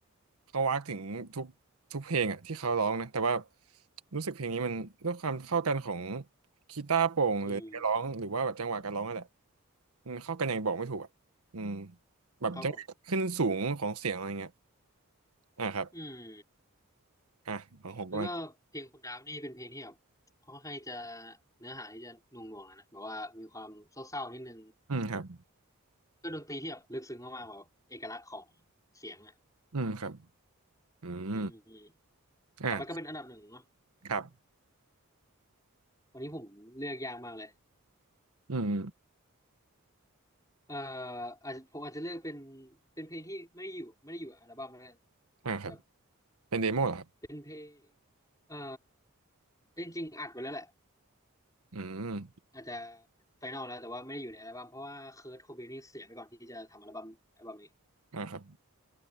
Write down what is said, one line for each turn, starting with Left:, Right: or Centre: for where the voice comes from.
Right: เขาวากถึงทุกทุกเพลงอะที่เขาร้องนะแต่ว่ารู้สึกเพลงนี้มันด้วยความเข้ากันของกีตาร์โปร่งหรือเนื้อร้องหรือว่าแบบจังหวะการร้องนั่นแหละ
Left: อืม
Right: มันเข้ากันอย่างบอกไม่ถูกอะอืม แบบจะขึ้นสูงของเสียงอะไรเงี้ย
Left: ครับผม
Right: อ่าครับ
Left: อืม
Right: อ่าของผมประมาณ
Left: แล้วก็เพลงคุณดามนี่เป็นเพลงที่แบบค่อนข้างจะเนื้อหาที่จะหน่วงๆอะนะแบบว่ามีความเศร้าๆนิดนึง
Right: อืมครับ
Left: ก็ดนตรีที่แบบลึกซึ้งมากๆแบบเอกลักษณ์ของเสียงอ่ะ
Right: อืมครับ อืม
Left: อืมอืม
Right: อ่า
Left: ต่อไปก็เป็นอันดับหนึ่งเนาะ
Right: ครับ
Left: วันนี้ผมเลือกยากมากเลย
Right: อืม
Left: เอ่ออาจจะผมอาจจะเลือกเป็นเป็นเพลงที่ไม่ได้อยู่ไม่ได้อยู่อัลบั้มแล้วกัน
Right: อ่าครับ
Left: แบบ
Right: เป็นเดโมเหรอครับ
Left: เป็นเพลงเอ่อจริงๆอัดไว้แล้วแหละ
Right: อืม
Left: อาจจะเป็นไฟนอลแล้วแต่ว่าไม่ได้อยู่ในอัลบั้มเพราะว่าเคิร์ตโคเบนนี่เสียไปก่อนที่จะทำอัลบั้มอัลบั้มนี้
Right: อ่าครับ